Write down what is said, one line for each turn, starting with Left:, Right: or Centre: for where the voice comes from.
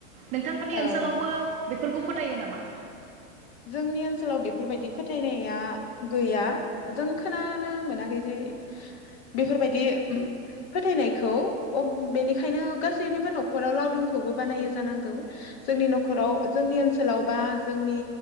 Right: नोंथांमोननि
Left: औ
Right: ओनसोलावबो बेफोरखौ फोथायो नामा?
Left: जोंनि ओनसोलाव बेफोरबायदि फोथायनाया गैया जों खोनानो मोनाखै जे बेफोरबायदि फोथायनायखौ बेनिखायनो गासैनिबो न'खराव लावदुमखौबो बानायो जानांगौ जोंनि न'खराव जोंनि ओनसोलाव बा जोंनि